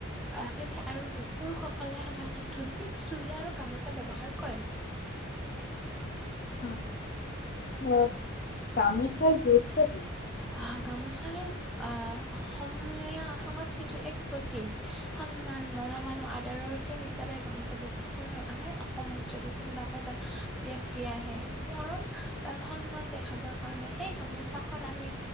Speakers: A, in the centre; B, on the left.
A: আহ পিন্ধে আৰু পুৰুষসকলে সাধাৰণতে ধুতি চুৰি আৰু গামোচা ব্যৱহাৰ কৰে।
B: অ অ', গামোচাৰ গুৰুত্ব কি?
A: আহ গামোচাৰ আহ অসমীয়া সংস্কৃতিৰ এক প্ৰ তিক, সন্মান মৰম আৰু আদৰৰ চিন হিচাপে গামোচাটো ৰ হয়। আমাৰ অসমত যদি কোনোবা এজন ব্যক্তি আহে। মৰম ৰ সন্মান দেখাবৰ কাৰণে সেই গামো চাখন আমি